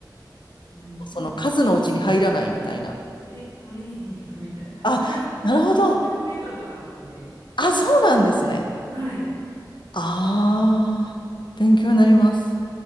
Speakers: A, on the right; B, on the left.
A: うん、
B: その数のうちに入らないみたいな。
A: まあ、トレ、トレーニングみたいな、
B: あ、
A: 500、
B: なるほど。
A: 600メートルとかなので、
B: あ、そうなんですね。
A: はい、
B: ああ、勉強になります。